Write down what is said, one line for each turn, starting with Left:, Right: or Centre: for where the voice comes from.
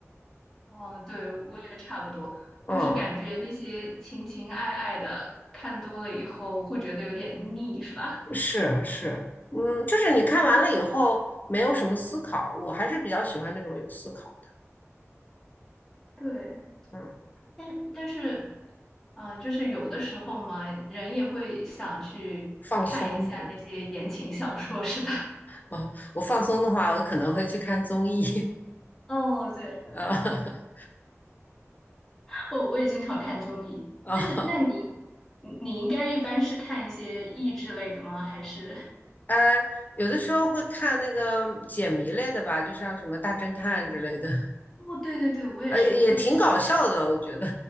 Centre: <laughs> 哦，对，我也差不多，
Left: 嗯。
Centre: 就是感觉那些情情爱爱的看多了以后会觉得有点腻，是吧？
Left: 是是，嗯，就是你看完了以后没有什么思考，我还是比较喜欢那种有思考的，
Centre: 对。
Left: 嗯，
Centre: 但但是，啊，就是有的时候嘛，人也会想去看一下那些言情小说，
Left: 放松是吗？
Centre: 是吧？<laughs>
Left: 啊、我放松的话，我可能会去看综艺，
Centre: 哦，对，
Left: <laughs> 啊
Centre: 我我也经常看综艺，
Left: 啊，
Centre: 但是那你你你应该一般是看一些益智类的吗？还是？<laughs>
Left: 呃，有的时候会看那个解谜类的吧，就像什么大侦探之类的，
Centre: 哦，对对对，我也是，
Left: 呃，也挺搞笑的，
Centre: 我特别喜欢看，
Left: 我觉得，